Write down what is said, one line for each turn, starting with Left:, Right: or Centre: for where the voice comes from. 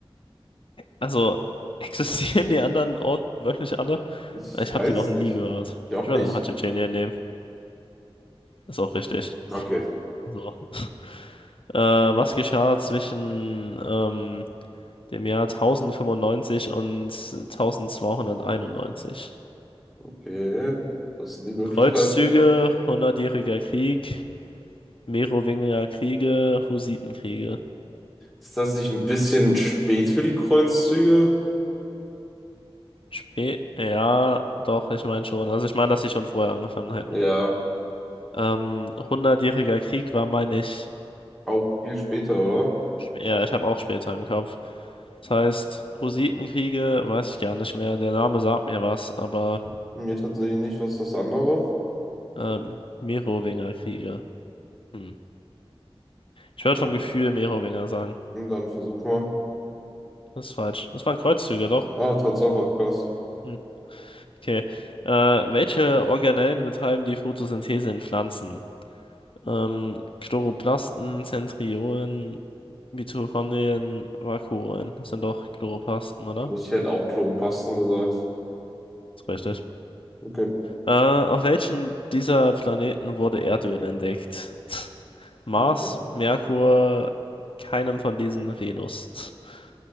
Left: Also, <laughs> existieren die anderen Orte wirklich alle?
Centre: Ich
Left: Ich
Centre: weiß
Left: habe die noch
Centre: es
Left: nie
Centre: nicht.
Left: gehört.
Centre: Ich auch
Left: Ich würde
Centre: nicht.
Left: einfach Tschetschenien nehmen. Ist auch richtig.
Centre: Okay.
Left: So. <laughs> Äh, was geschah zwischen ähm, dem Jahr 1095 und 1291.
Centre: Okay, was sind die Möglichkeiten?
Left: Kreuzzüge, Hundertjähriger Krieg, Merowinger Kriege, Hussitenkriege.
Centre: Ist das nicht ein bisschen spät für die Kreuzzüge?
Left: Spä ja, doch, ich meine schon. Also ich meine, dass sie schon vorher angefangen hätten.
Centre: Ja,
Left: Ähm, Hundertjähriger Krieg war, meine ich,
Centre: auch viel später, oder?
Left: sp- ja, ich habe auch später im Kopf. Das heißt, Hussitenkriege weiß ich gar nicht mehr. Der Name sagt mir was, aber
Centre: Mir tatsächlich nicht, was das andere.
Left: ähm, Merowinger Kriege. Hm. Ich würde
Centre: Dann,
Left: vom Gefühl Merowinger sagen.
Centre: dann versuch mal.
Left: Das ist falsch. Das waren Kreuzzüge, doch.
Centre: Ah, Tatsache, krass.
Left: Hm. Okay. Äh, welche Organellen betreiben die Photosynthese in Pflanzen? Ähm, Chloroplasten, Zentriolen, Mitochondrien, Vakuolen. Das sind doch Chloroplasten, oder?
Centre: Ich hätte auch Klopasten gesagt.
Left: Ist richtig.
Centre: Okay,
Left: Äh, auf welchen dieser Planeten wurde Erdöl entdeckt? <laughs> Mars,
Centre: okay.
Left: Merkur, keinem von diesen Venus. <laughs>